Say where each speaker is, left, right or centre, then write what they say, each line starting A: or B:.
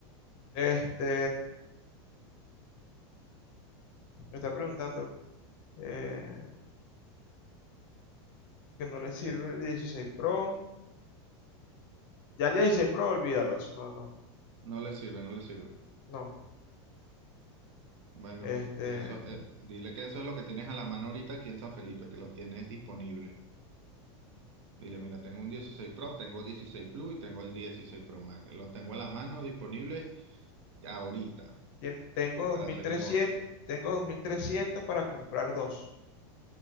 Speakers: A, on the left; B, on the right.
A: este, me está preguntando eh, que no le sirve
B: Ya,
A: el 16 Pro. Ya el 16 Pro, olvídalo, eso no, no.
B: No le sirve, no le sirve.
A: No,
B: Bueno,
A: Este,
B: eso, eh, dile que eso es lo que tienes a la mano ahorita aquí en San Felipe, que los tienes disponibles. Dile, mira, tengo un 16 Pro, tengo 16 Plus y tengo el 16 Pro Max. Los tengo a la mano disponibles ahorita
A: tien- tengo
B: para
A: 2300,
B: hacer negocios.
A: tengo 2300 para comprar dos.